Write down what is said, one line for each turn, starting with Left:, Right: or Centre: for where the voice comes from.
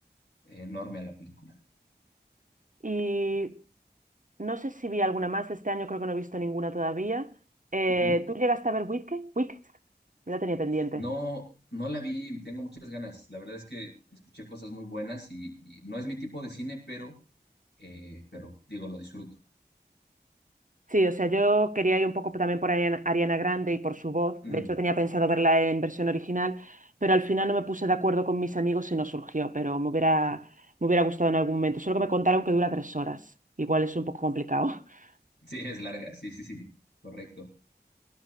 Left: eh, enorme a la película.
Right: Y no sé si vi alguna más de este año, creo que no he visto ninguna todavía. Eh,
Left: Ujú.
Right: ¿tú llegaste a ver Wicked? Wicked, la tenía pendiente.
Left: No, no la vi, tengo muchas ganas. La verdad es que escuché cosas muy buenas y, y no es mi tipo de cine, pero, eh, pero digo, lo disfruto.
Right: Sí, o sea, yo quería ir un poco también por Ariana, Ariana Grande y por su voz.
Left: Mm,
Right: De hecho, tenía pensado verla en versión original, pero al final no me puse de acuerdo con mis amigos y no surgió, pero me hubiera, me hubiera gustado en algún momento. Solo que me contaron que dura tres horas. Igual es un poco complicado. <laughs>
Left: <laughs> sí, es larga, sí, sí, sí, correcto.